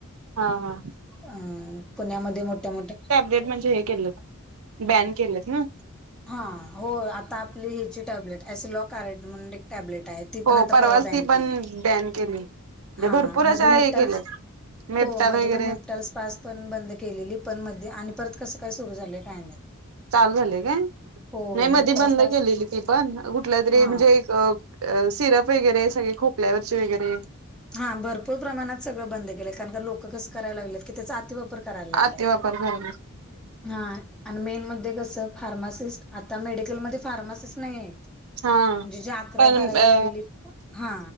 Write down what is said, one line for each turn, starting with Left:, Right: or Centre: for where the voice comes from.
Right: हा हा
Centre: अ पुण्यामध्ये मोठ्या मोठ्या
Right: लेट म्हणजे हे केलेत, बॅन केलेत व्हय?
Centre: हां, हो आता आपली ह्याची टॅब्लेट, ॲसिलॉकारेड म्हणून एक टॅब्लेट आहे. ती
Right: हो
Centre: पण आता
Right: परवाच
Centre: परवा बॅन
Right: ती पण
Centre: केली.
Right: बॅन केली, म्हणजे
Centre: हा
Right: भरपूर
Centre: मध्ये
Right: अशा
Centre: मेप्टाल्स
Right: हे केल्यात. मेपटाल
Centre: हो मध्ये
Right: वगैरे
Centre: पण पास पण बंद केलेली, पण मध्ये आणि परत कसं काय सुरू झालं काय माहित.
Right: चालू झालेय काय?
Centre: हो हो
Right: नाही मधी
Centre: मेपटाल्स
Right: बंद
Centre: पास
Right: केलेली ती पण कुठल्या तरी
Centre: हा
Right: म्हणजे एक अ अ सिरप वगैरे सगळे खोकल्यावरचे वगैरे
Centre: हां भरपूर प्रमाणात सगळं बंद केलंय, कारण का लोकं कसं कराय लागल्यात, की त्याचा अति वापर करायला ला
Right: अति वापर करा
Centre: हां, आणि मेनमध्ये कसं फार्मासिस्ट, आता मेडिकलमध्ये फार्मासिस्ट नाही आहेत.
Right: हां,
Centre: म्हणजे जे अकरावी
Right: पण
Centre: बारावी
Right: अ
Centre: झालेली हा